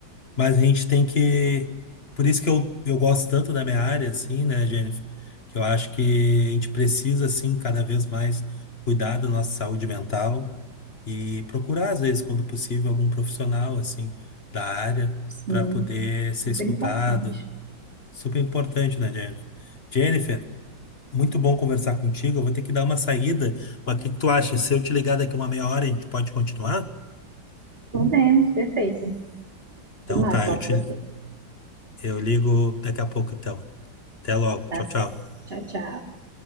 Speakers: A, on the left; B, on the right.
A: mas a gente tem que. Por isso que eu, eu gosto tanto da minha área, assim, né, Jennifer? Que eu acho que a gente precisa, assim, cada vez mais cuidar da nossa saúde mental e procurar, às vezes, quando possível, algum profissional, assim, da área
B: sim.
A: para poder
B: Super
A: ser escutado.
B: importante.
A: Super importante, né, Jennifer? Jennifer, muito bom conversar contigo. Eu vou ter que dar uma saída, mas o que que tu acha? Se eu te ligar daqui uma meia hora, a gente pode continuar?
B: Podemos, perfeito.
A: Então
B: Foi massa
A: tá,
B: falar
A: eu te,
B: com você.
A: eu ligo daqui a pouco, então. Até logo.
B: Tá
A: Tchau,
B: certo.
A: tchau.
B: Tchau, tchau.